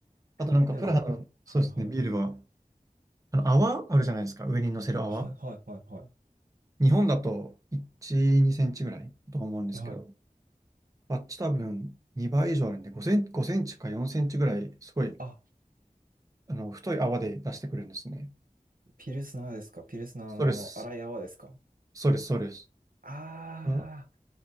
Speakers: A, on the right; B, on the right.
A: あとなんか、
B: え、でも、
A: プラハの、そうですね、
B: はいはい。
A: ビールは、あの、泡あるじゃないですか、上に乗せる泡。
B: はいはいはいは
A: 日本だと1、2センチぐらいだと思うんですけど、
B: い。はい。
A: あっち多分2倍以上あるんで、5センチ、5センチか4センチぐらい、すごい、
B: あ、
A: あの、太い泡で出してくるんですね。
B: ピルスナーですかピルスナーのあの、
A: そうです。
B: 荒い泡ですか
A: そうです、そうです。
B: あ
A: あ、